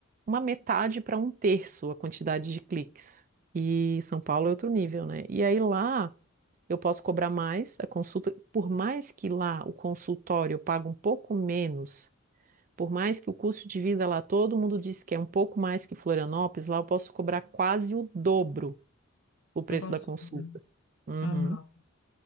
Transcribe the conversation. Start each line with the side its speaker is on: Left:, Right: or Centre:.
Right: uma metade para um terço a quantidade de cliques. E São Paulo é outro nível, né? E aí lá. Eu posso cobrar mais a consulta, por mais que lá o consultório eu pague um pouco menos, por mais que o custo de vida lá todo mundo diz que é um pouco mais que Florianópolis, lá eu posso cobrar quase o dobro o preço
Left: Da consulta.
Right: da consulta. Uhum.
Left: Aham,